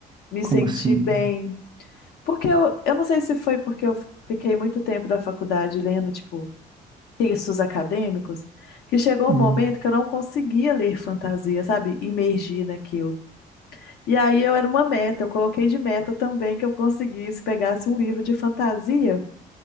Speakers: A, on the left; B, on the right.
A: Me
B: Como
A: senti
B: assim?
A: bem. Porque eu, eu não sei se foi porque eu fiquei muito tempo da faculdade lendo, tipo, textos acadêmicos, que chegou
B: Hum,
A: um momento que eu não conseguia ler fantasia, sabe? Imergir naquilo. E aí eu era uma meta, eu coloquei de meta também que eu conseguisse, pegasse um livro de fantasia.